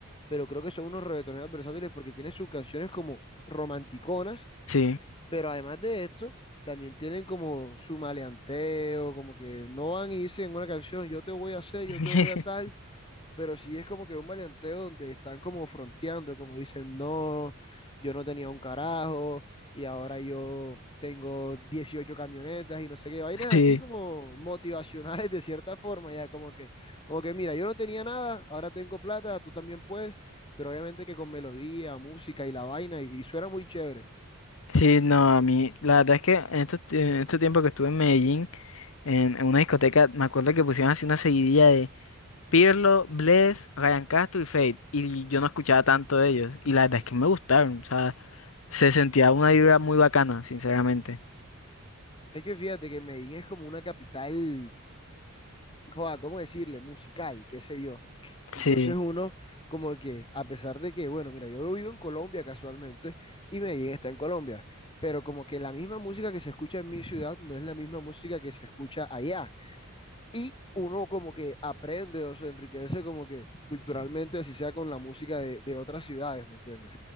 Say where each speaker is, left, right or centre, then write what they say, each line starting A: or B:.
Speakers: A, on the left (about 25°); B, on the left (about 65°).
A: pero creo que son unos reggaetoneros versátiles porque tienen sus canciones como romanticonas,
B: sí.
A: pero además de esto, también tienen como su maleanteo, como que no van y dicen una canción, yo te voy a hacer, yo
B: <laughs>
A: te voy a tal, pero sí es como que un maleanteo donde están como fronteando, como dicen, no, yo no tenía un carajo y ahora yo tengo 18 camionetas y no sé qué, vainas
B: Sí,
A: así como motivacionales de cierta forma, ya como que, como que mira, yo no tenía nada, ahora tengo plata, tú también puedes, pero obviamente que con melodía, música y la vaina y, y suena muy chévere.
B: sí, no, a mí, la verdad es que en estos ti- en este, tiempo que estuve en Medellín, en, en una discoteca, me acuerdo que pusieron así una seguidilla de Pirlo, Bless, Ryan Castro y Fate, y yo no escuchaba tanto de ellos, y la verdad es que me gustaron, o sea, se sentía una vibra muy bacana, sinceramente.
A: Es que fíjate que Medellín es como una capital, joa, ¿cómo decirle? Musical, qué sé yo.
B: Sí.
A: Entonces uno como que, a pesar de que, bueno, mira, yo vivo en Colombia casualmente y Medellín está en Colombia, pero como que la misma música que se escucha en mi ciudad no es la misma música que se escucha allá. Y uno como que aprende o se enriquece como que culturalmente, así sea con la música de, de otras ciudades, ¿me entiendes?